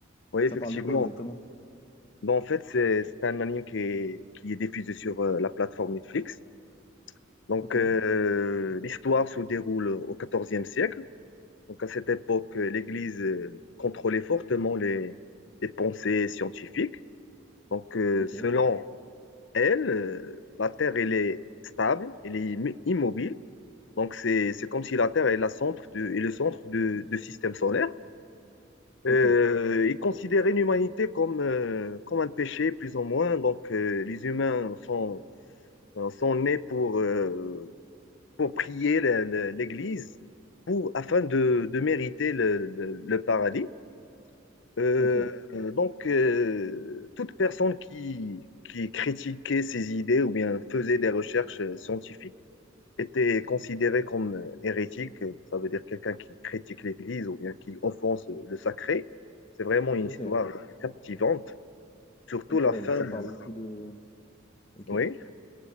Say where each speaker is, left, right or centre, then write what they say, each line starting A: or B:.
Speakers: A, on the left; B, on the left.
A: oui, effectivement.
B: Ça parle de quoi exactement?
A: Bon, en fait, c'est, c'est un anime qui est, qui est diffusé sur euh, la plateforme Netflix. Donc,
B: Ok,
A: euh, l'histoire se déroule au XIVe siècle. Donc à cette époque, euh, l'Église euh, contrôlait fortement les, les pensées scientifiques. Donc euh,
B: ok,
A: selon elle, euh, la Terre, elle est stable, elle est im- immobile. Donc c'est, c'est comme si la Terre est, la centre de- est le centre du système solaire.
B: ok,
A: Euh, ils considéraient l'humanité comme, euh, comme un péché, plus ou moins. Donc euh, les humains sont, euh, sont nés pour, euh, pour prier le- le- l'Église pour, afin de, de mériter le le- le paradis. Euh,
B: ok,
A: donc, euh, toute personne qui, qui critiquait ces idées ou bien faisait des recherches euh, scientifiques était considérée comme euh, hérétique. Euh, Ça veut dire quelqu'un qui critique l'Église ou bien qui offense euh, le sacré. C'est vraiment une
B: ok,
A: histoire captivante, surtout
B: ok,
A: la
B: ouais,
A: fin.
B: donc ça
A: de-
B: parle beaucoup de... Ok.
A: Oui.